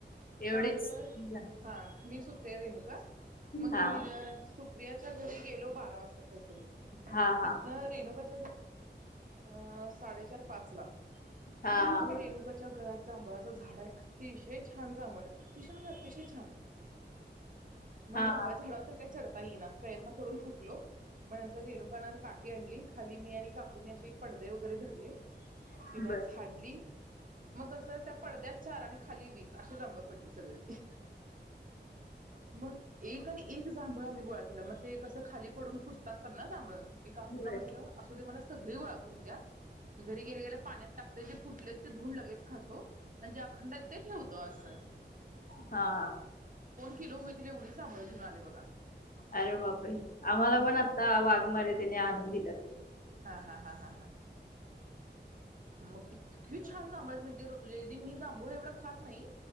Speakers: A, on the left; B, on the right.
A: एवढीच
B: काल
A: जण.
B: हां मी, सुप्रिया, रेणुका मग ही
A: हा
B: अ सुप्रियाच्या घरी गेलो बारा वास् कातरी,
A: हा
B: तिथनं
A: हा हा
B: रेणुका <unintelligible> ओ, हं साडे तर पाच ला.
A: हा
B: तितनं रेणुकाच्या घरात जांभळाचं झाड हाय, अतिशय छान जांभळं आहेत. अतिशय म्हणजे अतिशय छान. मग
A: हा
B: जांभळ्या झाडावर तर काय चढ ता येईना प्रयत्न करून थकलो. म नंतर रेणुकान काठी आणली. खाली मी आणि काकूनी अशे पडदे वगैरे धरले.
A: हा
B: तिनं
A: बर
B: झाडली, मग असं त्या पडद्यात चार आणि खाली वीस अशी जांभळं पडली सगळी. मग एक आणि एक जांभळं आम्ही गोळा केलं. म ते कसं खाली पडून फुटतात पन् ना जांभळं. मी काकुंना
A: होय
B: म्हण सुधि मला सगळी गोळा करून द्या. घरी गेल्या गेल्या पाण्यात टाकते. जे फुटलेत ते धुऊन लगेच खातो, म्हणजे अखंड आएत ते क्यो होतो आसं.
A: हां
B: किलो होईतील एवढी जांभळं घेऊन आले बघा.
A: अरे बाप रे, आम्हाला
B: मग
A: पण
B: ते
A: आता वाघमारे त्याने आणून दिल्यात.
B: हां-हां-हां-हां-हां मग इत त्की छान जांभळं आएत माहितीये रुत लइ दि आधी मी जांभूळ एवढं खात नाही.